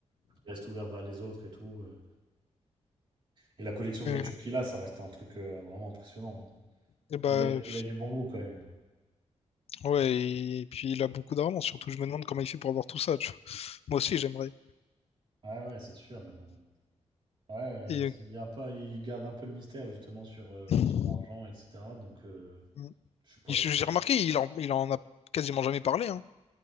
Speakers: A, on the right; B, on the left.
A: il reste ouvert vers les autres et tout. euh. Et la collection de
B: euh,
A: voitures qu'il a, ça reste un truc euh, vraiment impressionnant. hein.
B: eh ben,
A: Il a, du- il a du bon goût quand même.
B: ouais, et puis il a beaucoup d'argent, surtout je me demande comment il fait pour avoir tout ça, tu vois. Moi aussi j'aimerais.
A: Ouais, ouais, c'est sûr, mais bon. Ouais, euh,
B: Et,
A: c'est- il y a un peu, il garde un peu le mystère justement sur euh,
B: euh,
A: son argent, etc. Donc, euh,
B: mm,
A: je sais pas
B: il-
A: d'où
B: j'ai
A: ça vient.
B: remarqué, il en, il en a quasiment jamais parlé, hein.